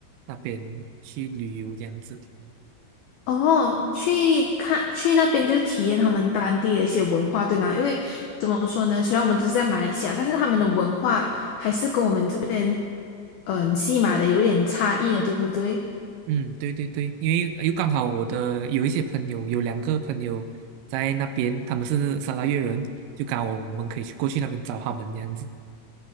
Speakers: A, on the right; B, on the left.
A: 那边去旅游这样子。
B: 哦，去看去那边就是体验他们当地的一些文化，对吗？因为怎么说呢，虽然我们都是在马来西亚，但是他们的文化还是跟我们这边嗯西马的有点差异的，对不对？
A: 嗯，对对对，因为又刚好我的有一些朋友，有两个朋友在那边，他们是沙拉越人，就刚好我们可以去过去那边找他们这样子。